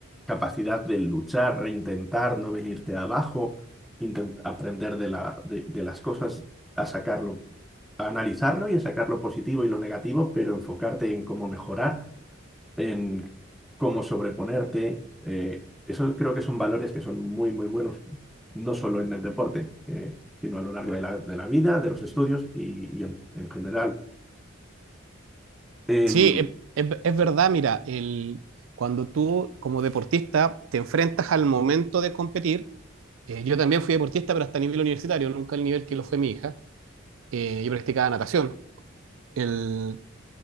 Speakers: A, in the centre; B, on the right.
A: capacidad de luchar, reintentar, no venirte abajo, intent- aprender de la- de de las cosas, a sacarlo, a analizarlo y a sacar lo positivo y lo negativo, pero enfocarte en cómo mejorar en cómo sobreponerte. eh, esos creo que son valores que son muy, muy buenos, no solo en el deporte, eh, sino a lo largo de la, de la vida, de los estudios y, y en, en general. Em,
B: sí, es, es- es verdad, mira, el, cuando tú como deportista te enfrentas al momento de competir, eh, yo también fui deportista, pero hasta a nivel universitario, nunca al nivel que lo fue mi hija, eh, yo practicaba natación. El,